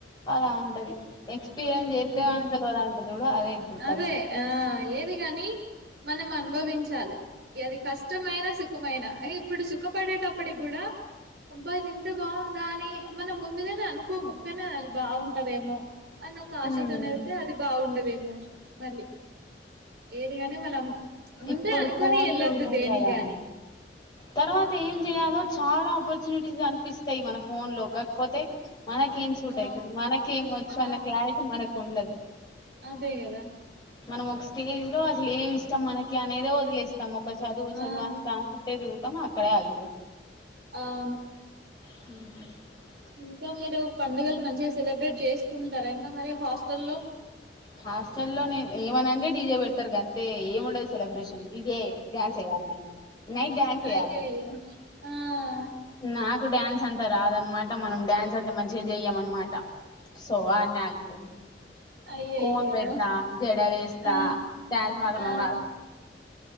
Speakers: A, on the left; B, on the right.
A: అలా ఉంటది ఎక్స్పీరియన్స్ చేస్తతే
B: ఉమ్
A: కాని తెలవదంట్రూ చూడు అదే ఇప్పుడు పరిస్థితి
B: అదే ఆ ఏది కాని మనం అనుభవించాలి అది కష్టమైన సు సుఖమైన ఇప్పుడు సుఖపడేటప్పటికి కూడా అబ్బా ఇది ఇంత బాగుంది. దాని మనం ముందుగానే అనుకోము కానీ అది బాగుంటదేమో, ఆశతోనే
A: హ్మ్
B: వెళ్తే అది బాగుండదేమో మళ్ళీ ఏదిగాని మనం ముందే
A: ఇప్పుడు
B: అనుకోని
A: ఫోన్లు
B: వెళ్ళొద్దు
A: ఉన్నాయి
B: దేనికిగాని
A: కదా తర్వాత ఏం చేయాలో చాలా ఆపర్చునిటీస్ కనిపిస్తాయి. మన ఫోన్ లో కాకపోతే మనకేం సూట్
B: ఆ
A: అయితది, మనకేమొచ్చు
B: ఆ
A: అన్న క్లారిటీ మనకు ఉండదు.
B: అదే కదా
A: మనం ఒక స్టేజ్ లో అసలు ఏమి ఇష్టం మనకి అనేదే వదిలేస్తాం, చదువు
B: ఆ
A: చదువు అన్ని దాని చుట్టే తిరుగుతాం అక్కడే ఆగిపోతాం,
B: అవును
A: <unintelligible>
B: ఇంకా మీరు పండుగలు మంచిగా సెలబ్రేట్ చేసుకుంటార, ఇంకా మరి హాస్టల్లో
A: హాస్టల్ల్లో ఏమనంటే డీజే పెడతారు గంతే ఏమిండే సెలబ్రేషన్ డిజే డ్యాన్స్ ఏయాలి నైట్ డ్యాన్స్ ఏయాలే,
B: అయ్యయ్యో ఆ
A: నాకు డ్యాన్స్ అంతా రాదనమాట మనం డ్యాన్స్ అంతా మంచిగా చెయ్యమ అన్నమాట, ట సో అనే ఆగిపోయినం
B: అయ్యయ్యో
A: కోన్ పెడతా జడవేస్తా
B: ఆ
A: డ్యాన్స్ మాత్రం
B: ఆ
A: రాదు,